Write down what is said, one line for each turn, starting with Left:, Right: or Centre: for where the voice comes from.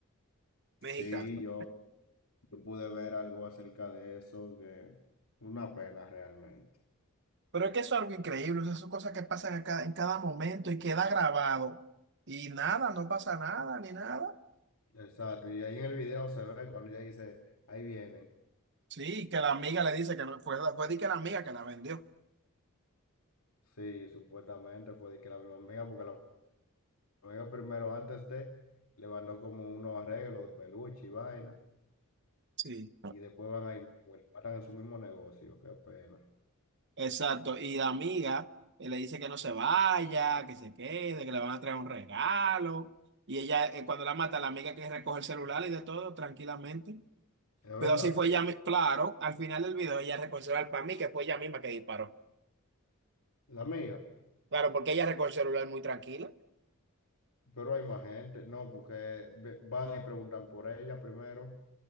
Left: Sí,
Right: mexicana.
Left: yo, yo pude ver algo acerca de eso, que una pena realmente.
Right: Pero es que eso es algo increíble, o sea, son cosas que pasan a cada- en cada momento y queda grabado. Y nada, no pasa nada, ni nada.
Left: Exacto, y ahí en el video se ve cuando ella dice, ahí vienen.
Right: Sí, que la amiga le dice que no, fue, fue di que la amiga que la vendió.
Left: Sí, supuestamente fue de que la misma amiga, porque la amiga primero antes de le mandó como unos arreglos de peluche y vaina,
Right: Sí.
Left: y después van ahí, matan en su mismo negocio, qué pena.
Right: Exacto, y la amiga eh, le dice que no se vaya, que se quede, que le van a traer un regalo. Y ella, eh, cuando la mata, la amiga que recoge el celular y de todo, tranquilamente.
Left: Es
Right: Pero
Left: verdad,
Right: así fue ella, mi- claro, al final del video ella recogió el celular para mí, que fue ella misma que disparó.
Left: la amiga.
Right: Claro, porque ella recogió el celular muy tranquila.
Left: Pero hay más gente, no, porque ve- van y preguntan por ella primero